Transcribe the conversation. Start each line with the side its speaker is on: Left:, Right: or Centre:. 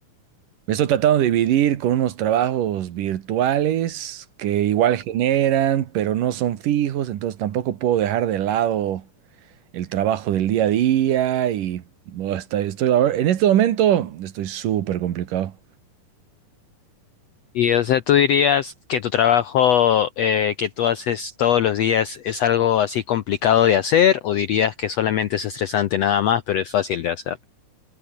Right: me estoy tratando de dividir con unos trabajos virtuales que igual generan, pero no son fijos, entonces tampoco puedo dejar de lado el trabajo del día a día y no, está- estoy, en este momento estoy súper complicado.
Left: Y o sea, ¿tú dirías que tu trabajo eh, que tú haces todos los días es algo así complicado de hacer o dirías que solamente es estresante nada más, pero es fácil de hacer?